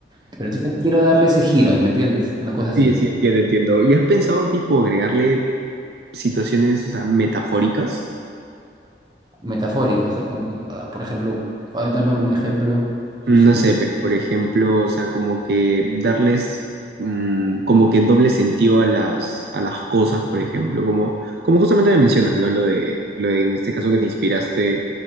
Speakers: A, on the right; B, on the right.
A: Pero entonces quiero darle ese giro, ¿me entiendes? Una cosa así,
B: Sí, sí, entiendo, entiendo. ¿Y has pensado, tipo, agregarle situaciones, o sea, metafóricas?
A: metafórica. o sea, un- ah, por ejemplo, ah, dame algún ejemplo, sí,
B: mm,
A: simple.
B: No sé, pues, por ejemplo, o sea, como que darles mm, como que doble sentido a las, a las cosas, por ejemplo, como, como justamente me mencionas, ¿no? Lo de, lo de, en este caso que te inspiraste